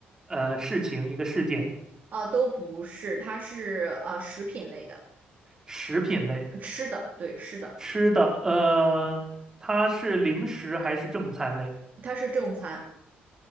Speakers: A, on the right (about 15°); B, on the right (about 45°).
A: 呃事情，一个事件，
B: 啊，都不是，它是啊食品类的，
A: 食品类，
B: 嗯吃的，对，吃的，
A: 吃的，呃，它是零食还是正餐类？
B: 它是正餐，